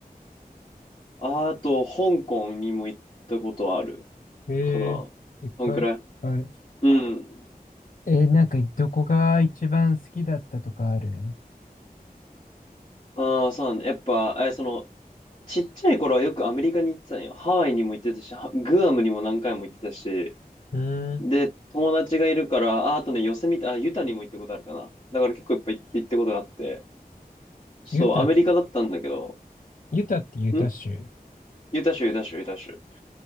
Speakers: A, on the left (about 30°); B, on the left (about 55°).
A: あと、香港にも行ったことある
B: うん。え
A: かな。
B: ー、いっぱいある。
A: そんくらい。うん。
B: えー、なんかどこが一番好きだったとかある
A: ああ、そうね。やっぱ、え、その、ちっちゃい頃はよくアメリカに行ってたんよ。ハワイにも行ってたし、はグアムにも何回も行ってたし、
B: うーん。
A: で、友達がいるから、あ、あとね、ヨセミテ、あ、ユタにも行ったことあるかな。だから結構いっぱい行ったことがあって、そう、
B: ユタ、
A: アメリカだったんだけど、
B: ユタってユタ州。
A: ん
B: <coughs>
A: ユタ州、ユタ州、ユタ州。